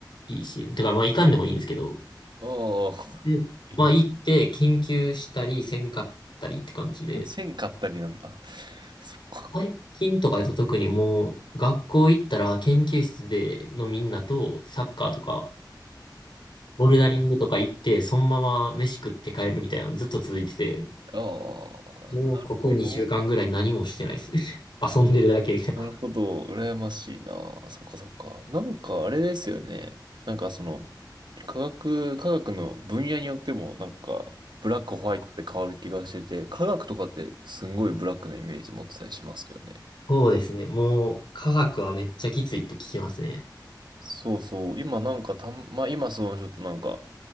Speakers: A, on the left; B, on the right.
A: い、いいし、てかまあ行かんでもいいんですけど、
B: あー、
A: で、
B: え
A: まあ行って研究したりせんかったりって感じで、
B: 線買ったりなんだ。<laughs> そっか。
A: 最近とかだと特にもう学校行ったら研究室でのみんなとサッカーとか、ボルダリングとか行って、そのまま飯食って帰るみたいなのずっと続いてて、
B: あ
A: もうここ2週間ぐらい何もしてないですね。
B: あ、なるほど。
A: <laughs> 遊んでるだけみたいな。
B: なるほど。羨ましいな。そっかそっか。なんか、あれですよね。なんかその、科学、科学の分野によってもなんか、ブラック、ホワイトって変わる気がしてて、科学とかってすんごいブラックなイメージ持ってたりしますけどね。
A: そうですね。もう、科学はめっちゃきついって聞きますね。
B: そうそう。今なんかたん、まあ今そのちょっとなんか、